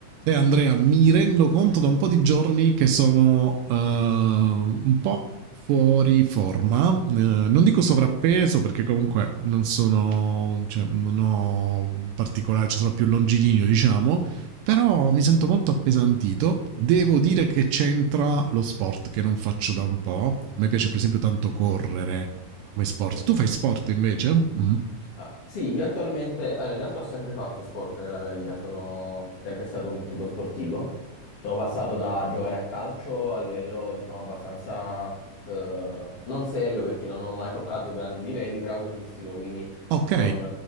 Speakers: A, on the right; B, on the left.
A: Sai Andrea, mi rendo conto da un po' di giorni che sono eh, un po' fuori forma, Eh, non dico sovrappeso perché comunque non sono, cioè, non ho particolare, cioè sono più longilineo diciamo, però mi sento molto appesantito. Devo dire che c'entra lo sport che non faccio da un po', a me piace per esempio tanto correre come sport.
B: Mm.
A: Tu fai sport invece? Mhm.
B: Ah, sì, io attualmente, allora, in realtà ho sempre fatto sport nella mia vita, sono sempre stato un tipo sportivo. Sono passato da giocare a calcio a livello, diciamo, abbastanza eh, non serio perché non ho mai toccato grandi livelli, però agonistico, quindi
A: Ok,
B: con